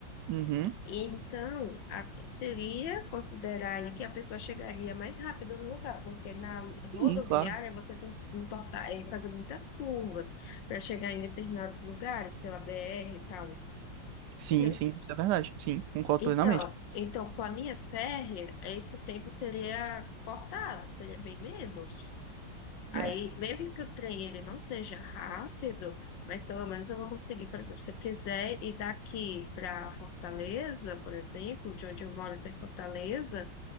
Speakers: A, on the right; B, on the left.
A: Uhum.
B: Então, a- seria considerar aí que a pessoa chegaria mais rápido no lugar, porque na rodoviária
A: Sim, claro.
B: você tem que importar, é, fazer muitas curvas para chegar em determinados lugares, pela BR e tal,
A: Sim,
B: entendeu?
A: sim, isso é verdade. Sim, concordo
B: Então,
A: plenamente.
B: então, com a linha férrea, esse tempo seria cortado, seria bem menos. Aí,
A: É.
B: mesmo que o trem ele não seja rápido, mas pelo menos eu vou conseguir, por exemplo, se eu quiser ir daqui para Fortaleza, por exemplo, de onde eu moro até Fortaleza,